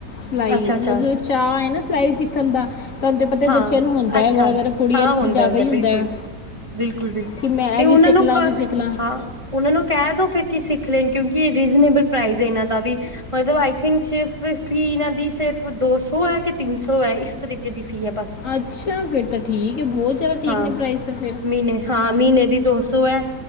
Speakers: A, on the left; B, on the right.
A: ਸਿਲਾਈ,
B: ਅੱਛਾ ਅੱਛਾ
A: ਓਨਾਂ ਚ ਓ ਚਾਅ ਐ ਨਾ ਸਿਲਾਈ ਸਿੱਖਨ ਦਾ। ਤੁਹਾਨੂੰ ਤੇ ਪਤਾ ਹੈ
B: ਹਾਂ,
A: ਬੱਚਿਆਂ ਨੂੰ ਹੁੰਦਾ
B: ਅੱਛਾ,
A: ਹੈ ਬੜਾ ਜ਼ਿਆਦਾ ਕੁੜੀਆਂ
B: ਹਾਂ ਹੁੰਦਾ-ਹੁੰਦਾ
A: ਤੇ ਜ਼ਿਆਦਾ ਹੀ ਹੁੰਦਾ
B: ਬਿਲਕੁਲ।
A: ਹੈ
B: ਬਿਲਕੁਲ-ਬਿਲਕੁਲ,
A: ਕਿ ਮੈਂ
B: ਤੇ
A: ਇਹ
B: ਓਨਾਂ
A: ਵੀ ਸਿੱਖ
B: ਨੂੰ
A: ਲਾਂ
B: ਕ
A: ਉਹ ਵੀ ਸਿੱਖ ਲਾਂ
B: ਹਾਂ ਉਹਨਾਂ ਨੂੰ ਕਹਿ ਦੋ ਫਿਰ ਕੀ ਸਿੱਖ ਲੈਣ, ਕਿਉਂਕਿ, ਇਹ ਰੀਜਨੇਬਲ ਪ੍ਰਾਈਜ਼ ਹੈ ਇਹਨਾਂ ਦਾ ਵੀ ਮਤਲਬ ਆਈ ਥਿੰਕ, ਸਿਰਫ ਫੀ ਇਹਨਾਂ ਦੀ ਸਿਰਫ ਦੋ ਸੌ ਹੈ ਕਿ ਤਿੰਨ ਸੌ ਹੈ। ਤਰੀਕੇ ਦੀ ਫੀ ਹੈ ਬਸ,
A: ਅੱਛਾ ਫਿਰ ਤਾਂ ਠੀਕ ਹੈ ਬਹੁਤ ਜ਼ਿਆਦਾ ਠੀਕ
B: ਹਾਂ
A: ਨੇ ਪ੍ਰਾਈਸ ਤਾਂ ਫਿਰ
B: ਮਹੀਨੇ ਹਾਂ, ਮਹੀਨੇ ਦੀ ਦੋ ਸੌ ਹੈ।